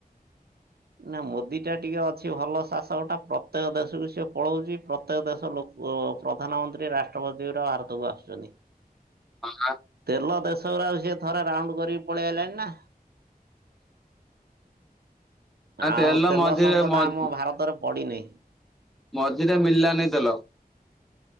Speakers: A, on the right (about 85°); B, in the centre.
A: ନା ମୋଦି ଟା ଟିକେ ଅଛି ଭଲ ଶାସକଟା ପ୍ରତ୍ୟେକ ଦେଶକୁ ସିଏ ପଳଉଛି ପ୍ରତ୍ୟେକ ଦେଶ ଲୋ ପ୍ରଧାନମନ୍ତ୍ରୀ ରାଷ୍ଟ୍ରପତି ଗୁରା ଭାରତକୁ ଆସୁଛନ୍ତି।
B: <inaudible>
A: ତେଲ ଦେଶଗୁରା ଆଉ ସିଏ ଥରେ ରାଉଣ୍ଡ କରିକି ପଳେଇ ଆଇଲାଣି ନା?
B: ହଁ
A: ଆଉ ତେଲ
B: ମଝିରେ
A: ସଙ୍କଟ
B: ମଝି
A: ଆମ ଭାରତରେ ପଡିନାହିଁ।
B: ମଝିରେ ମିଳିଲାନି ତେଲ।